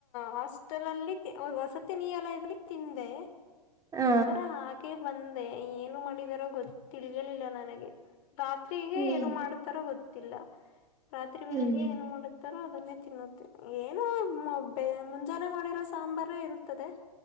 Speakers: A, on the left; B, on the right.
A: ಹಾಸ್ಟೆಲ್ ಅಲ್ಲಿ ವಸತಿ ನಿಲಯದಲ್ಲಿ ತಿಂದೆ
B: ಹ
A: ನಂತರ ಹಾಗೆ ಬಂದೆ ಏನು ಮಾಡಿದಾರೋ ಗೊತ್ತ್ ತಿಳಿಯಲಿಲ್ಲ ನನಗೆ. ರಾತ್ರಿಗೆ
B: ಹ್ಮ್
A: ಏನು ಮಾಡುತ್ತಾರೆ ಗೊತ್ತಿಲ್ಲ ರಾತ್ರಿ ಬೆಳ್ಳಿಗೆ
B: ಹ್ಮ್
A: ಏನು ಮಾಡುತ್ತ್ ರ ಅದನ್ನೇ ತಿನ್ನುತ್ತೇ ಏನೋ ಬೆ ಮುಂಜಾನೆ ಮಾಡಿರೋ ಸಾಂಬಾರೇ ಇರುತ್ತದೆ.